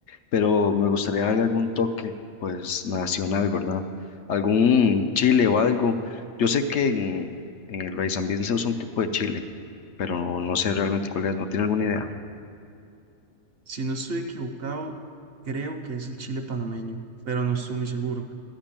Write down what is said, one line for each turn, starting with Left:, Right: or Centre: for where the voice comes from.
Left: pero me gustaría darle algún toque, pues, nacional, ¿verdad? Algún chile o algo. Yo sé que en, en el Rey San se usa un tipo de chile, pero no sé realmente cuál es, no tiene alguna idea.
Right: si no estoy equivocado, creo que es el chile panameño, pero no estoy muy seguro.